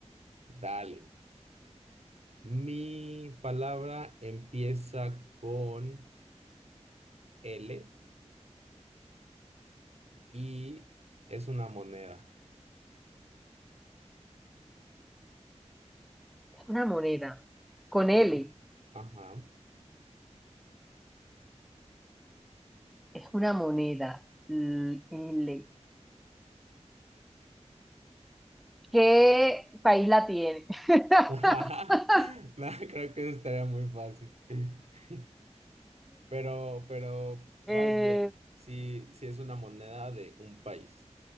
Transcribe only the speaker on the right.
Dale. Mi palabra empieza con L y es una moneda.
Sí.
Ajá.
<laughs> Ajá. No, creo que eso estaría muy fácil. <laughs> Pero, pero
vas bien. Si, si es una moneda de un país.